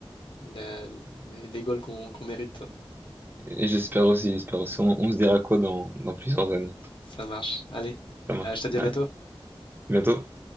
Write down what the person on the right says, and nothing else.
Et j'espère aussi, j'espère aussi. On, on se dira quoi dans, dans plusieurs années.
Ça marche.
Allez,
à bientôt.